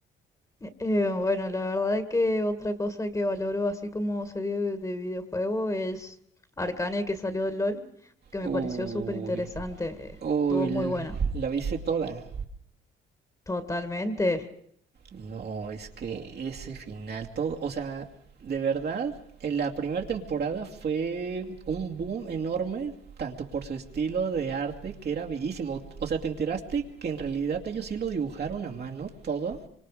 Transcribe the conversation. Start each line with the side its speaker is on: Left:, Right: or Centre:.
Left: Eh, bueno, la verdad que otra cosa que valoro así como serie de, de videojuego es Arcane que salió del LOL, que me
Right: Uy,
Left: pareció súper interesante. eh,
Right: uy,
Left: Estuvo muy buena.
Right: la viste toda.
Left: Totalmente.
Right: No, es que ese final, todo, o sea, de verdad, en la primera temporada fue un boom enorme, tanto por su estilo de arte, que era bellísimo. O sea, ¿te enteraste que en realidad ellos sí lo dibujaron a mano todo?